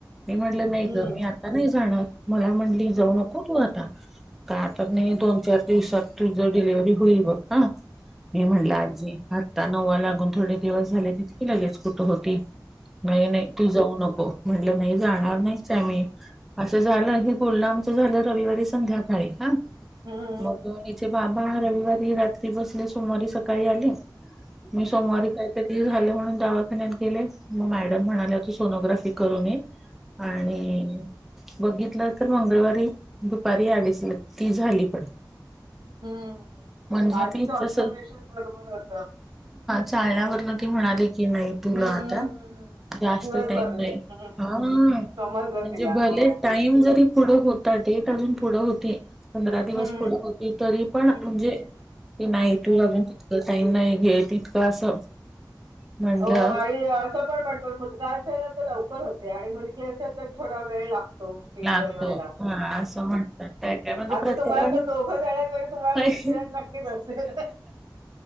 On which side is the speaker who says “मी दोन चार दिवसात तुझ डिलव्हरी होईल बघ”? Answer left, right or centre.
Centre